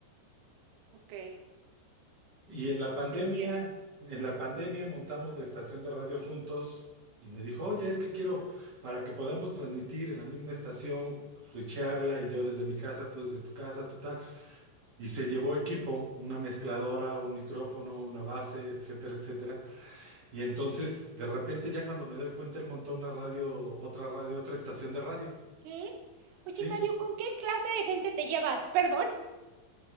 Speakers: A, on the right; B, on the right.
A: Ok. Lo
B: Y en la pandemia,
A: siento.
B: en la pandemia montamos la estación de radio juntos y me dijo, oye, es que quiero, para que podamos transmitir en la misma estación, switcharla y yo desde mi casa, tú desde tu casa, total. Y se llevó equipo, una mezcladora, un micrófono, una base, etcétera, etcétera. Y entonces, de repente, ya cuando me doy cuenta, él montó una radio, otra radio, otra estación de radio.
A: ¿Qué? Oye,
B: Sí.
A: Mario, ¿con qué clase de gente te llevas? Perdón.